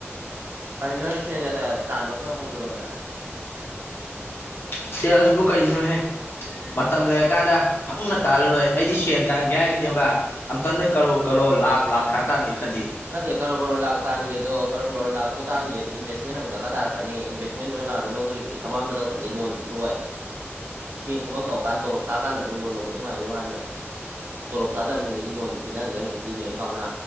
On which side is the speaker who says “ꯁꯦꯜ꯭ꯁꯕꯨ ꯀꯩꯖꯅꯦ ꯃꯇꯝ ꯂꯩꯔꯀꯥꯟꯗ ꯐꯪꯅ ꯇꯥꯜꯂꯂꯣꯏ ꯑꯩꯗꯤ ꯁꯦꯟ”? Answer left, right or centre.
Left